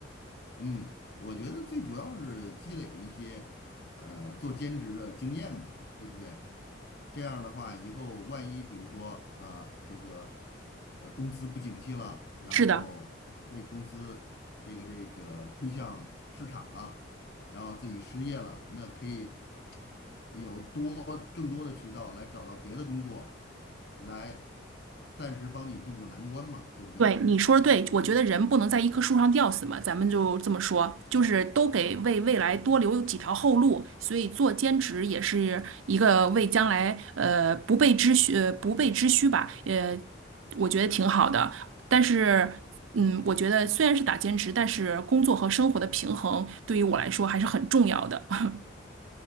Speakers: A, on the left; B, on the right.
A: 嗯，我觉得最主要是积累一些呃做兼职的经验嘛，对不对？这样的话，以后万一比如说呃这个呃公司不景气了，然后被公司这个这个推向市场了，
B: 是的，
A: 然后自己失业了，那可以有多更多的渠道来找到别的工作，来暂时帮你渡过难关嘛，对不对？
B: 对你说的对，我觉得人不能在一棵树上吊死嘛，咱们就这么说，就是都给为未来多留几条后路，所以做兼职也是一个为将来呃不备之需呃不备之需吧，呃，我觉得挺好的。但是，嗯，我觉得虽然是打兼职，但是工作和生活的平衡对于我来说还是很重要的，<laughs>